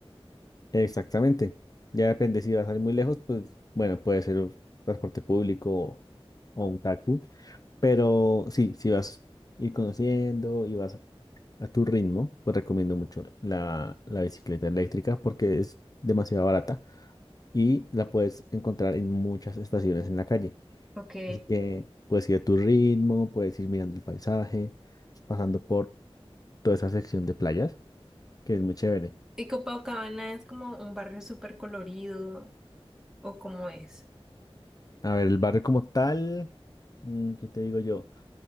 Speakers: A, on the left; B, in the centre.
A: Exactamente. Ya depende si vas a ir muy lejos, pues bueno, puede ser un transporte público o, o un taxi. Pero sí, si vas a ir conociendo y vas a tu ritmo, pues recomiendo mucho la, la bicicleta eléctrica porque es demasiado barata y la puedes encontrar en muchas estaciones en la calle.
B: Ok.
A: Así que puedes ir a tu ritmo, puedes ir mirando el paisaje, pasando por toda esa sección de playas, que es muy chévere.
B: ¿Y Copacabana es como un barrio súper colorido o cómo es?
A: A ver, el barrio como tal, mm, ¿qué te digo yo?